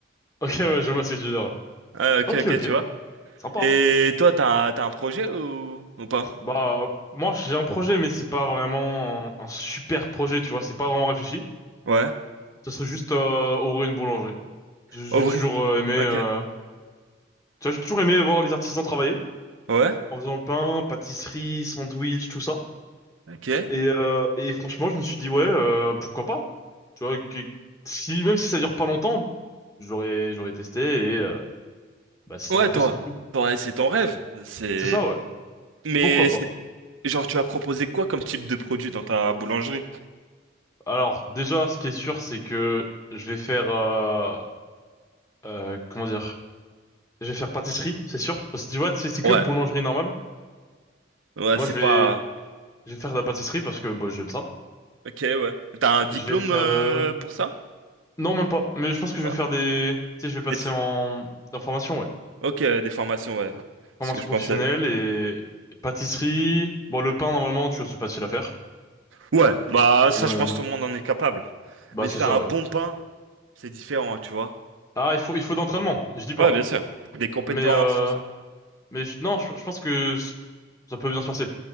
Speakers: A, on the left; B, on the right.
A: Ok, ouais, je vois ce que tu veux dire, ouais.
B: Ah, ok,
A: Ok,
B: ok,
A: ok.
B: tu vois.
A: Sympa,
B: Et
A: hein.
B: toi, t'as, t'as un projet ou, ou pas?
A: Bah, moi, j'ai un projet, mais c'est pas vraiment un, un super projet, tu vois. C'est pas vraiment réfléchi.
B: Ouais.
A: Ce serait juste euh, ouvrir une boulangerie. J'ai j'ai
B: Au vrai.
A: toujours euh, aimé... euh,
B: Ok.
A: Tu vois, j'ai toujours aimé voir les artisans travailler.
B: Ouais.
A: En faisant pain, pâtisserie, sandwich, tout ça.
B: Ok.
A: Et, euh, et franchement, je me suis dit, ouais, euh, pourquoi pas? Tu vois, que- si, même si ça dure pas longtemps, j'aurais, j'aurais testé et euh, bah, si ça
B: Ouais,
A: m'a plu,
B: toi.
A: ça m'a plu.
B: Toi, c'est ton rêve. C'est.
A: C'est ça, ouais.
B: Mais
A: Pourquoi pas?
B: c'est- genre, tu vas proposer quoi comme type de produit dans ta boulangerie?
A: Alors, déjà, ce qui est sûr, c'est que je vais faire, euh, euh, comment dire? Je vais faire pâtisserie, c'est sûr. Parce que tu vois, c'est c'est que
B: Ouais.
A: boulangerie normale.
B: Ouais,
A: Moi,
B: c'est
A: je
B: pas.
A: vais, je vais faire de la pâtisserie parce que bah, j'aime ça.
B: Ok, ouais. T'as un diplôme
A: Je vais faire...
B: euh,
A: euh,
B: pour ça?
A: Non, même pas. Mais je pense
B: ou
A: que
B: pas
A: je vais faire des... Tu sais, je vais passer
B: Des f-
A: en, en formation, ouais.
B: Ok, des formations, ouais. C'est
A: Formation
B: ce que je
A: professionnelle
B: pensais.
A: et pâtisserie. Bon, le pain, normalement, tu vois, c'est facile à faire.
B: Ouais, bah ça,
A: Ouais.
B: je pense que tout le monde en est capable.
A: Bah,
B: Mais
A: c'est
B: faire
A: ça,
B: un
A: ouais.
B: bon pain, c'est différent, hein, tu vois.
A: Ah, il faut, il faut d'entraînement, je dis pas.
B: Ouais, bien sûr. Des compétences,
A: Mais, euh,
B: tout ça.
A: mais je- non, je, je pense que c- ça peut bien se passer.